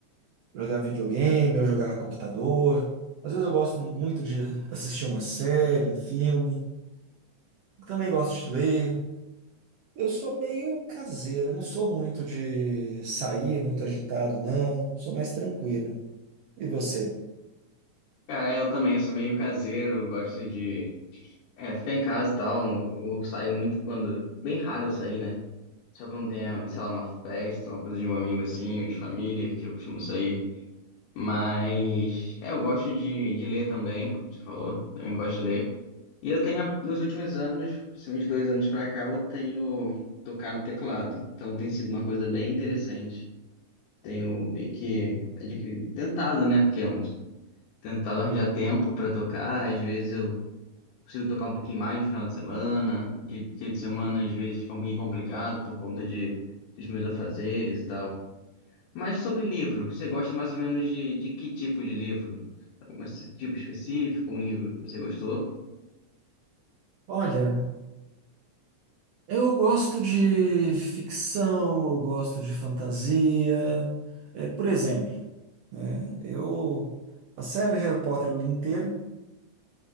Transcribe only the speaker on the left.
Cara, eu também, eu sou meio caseiro, gosto de é, ficar em casa e tal. não- Eu saio muito quando. Bem raro eu sair, né? Só quando tem, sei lá, uma festa, uma coisa de um amigo assim, ou de família, que eu costumo sair. Mas. É, eu gosto de, de ler também, como você falou, eu gosto de ler. E eu tenho, nos últimos anos, assim, uns dois anos pra cá, eu tenho tocado teclado. Então tem sido uma coisa bem interessante. Tenho meio que adquirido, tentado, né? Porque é um, tentado arranjar tempo pra tocar. Às vezes eu consigo tocar um pouquinho mais no final de semana. De dia de semana, às vezes fica um pouquinho complicado por conta de, dos meus afazeres e tal. Mas sobre livro, você gosta mais ou menos de, de que tipo de livro? Algum esse tipo específico, um livro que você gostou?